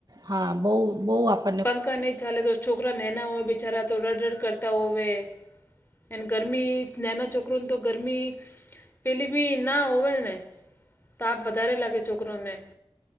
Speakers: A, on the right; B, on the left.
A: હા બઉ બઉ આપ્યું
B: પંખા નહીં ચાલે તો છોકરા નેના હોય બિચારા તો રડરડ કરતા હોવે. એન ગરમી નાના છોકરોનતો ગરમી પેલી બી ના હોવેલ ને તાપ વધારે લાગે છોકરોને.